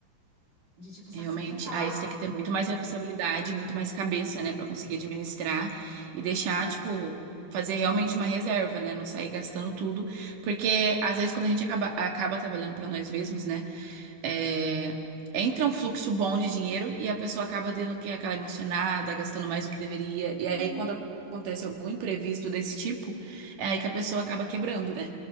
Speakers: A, on the right; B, on the right.
A: de tipo se
B: realmente,
A: acidentar.
B: aí você tem que ter muito mais responsabilidade, muito mais
A: É.
B: cabeça, né, Pra conseguir administrar e
A: Exato.
B: deixar, tipo, fazer realmente uma reserva, né, não sair gastando tudo, porque às vezes quando a gente acaba, acaba trabalhando pra nós mesmos, né, é, entra um fluxo bom de dinheiro e a pessoa acaba tendo que aquela emocionada, gastando mais do que deveria,
A: Uhum.
B: e aí quando acontece algum imprevisto desse tipo, é aí que a pessoa acaba quebrando, né,